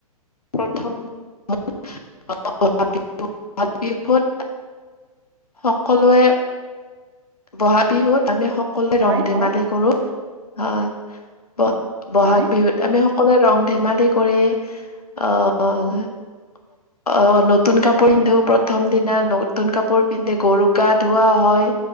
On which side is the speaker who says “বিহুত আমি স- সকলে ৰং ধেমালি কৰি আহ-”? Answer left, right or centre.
Left